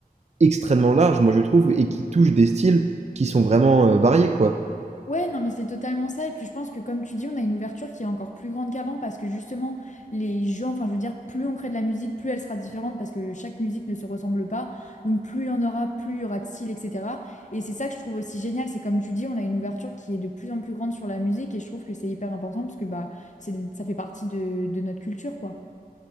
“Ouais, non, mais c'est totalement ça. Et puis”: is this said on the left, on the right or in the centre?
Left